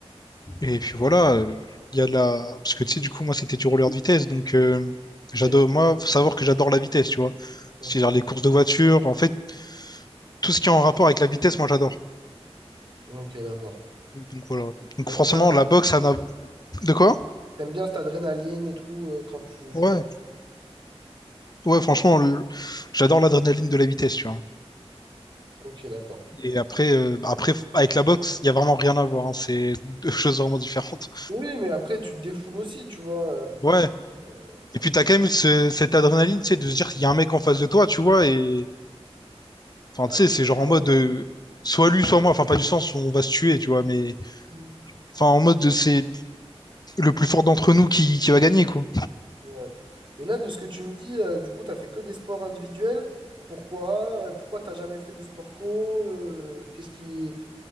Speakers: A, on the left (about 40°); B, on the right (about 50°).
A: Et puis voilà, euh, il y a de la... Parce que tu sais, du coup, moi, c'était du roller de vitesse. Donc, euh, j'adore...
B: Y a-
A: Moi, faut savoir que j'adore la vitesse, tu vois.
B: Mhm.
A: C'est-à-dire les courses de voiture. En fait, tout ce qui est en rapport avec la vitesse, moi, j'adore.
B: Ok, d'accord.
A: Donc, voilà. Donc,
B: T'aimes
A: forcément,
B: bien, ça-
A: la boxe, ça n'a... De quoi?
B: t'aimes bien cette adrénaline et tout euh, quand tu je
A: Ouais.
B: vais.
A: Ouais, franchement, le- j'adore l'adrénaline de la vitesse, tu vois.
B: Ok, d'accord.
A: Et après, euh, après, avec la boxe, il n'y a vraiment rien à voir. hein. C'est deux <laughs> choses vraiment différentes.
B: Oui, mais après, tu te défoules aussi, tu vois.
A: Ouais.
B: euh,
A: Et puis, t'as quand même ce- cette adrénaline, tu sais, de se dire qu'il y a un mec en face de toi, tu vois. Et enfin,
B: À
A: tu sais,
B: tout
A: c'est
B: le
A: genre
B: monde,
A: en mode euh, soit lui, soit moi. Enfin, pas du sens, on va se tuer, tu vois. Mais
B: Mm.
A: enfin, en mode de, c'est le plus fort d'entre nous qui, qui va gagner, quoi.
B: ouais. Et là, de ce que tu me dis, euh, du coup, t'as fait que des sports individuels. Pourquoi? Euh, Pourquoi t'as jamais fait de sport co? Euh, qu'est-ce qui,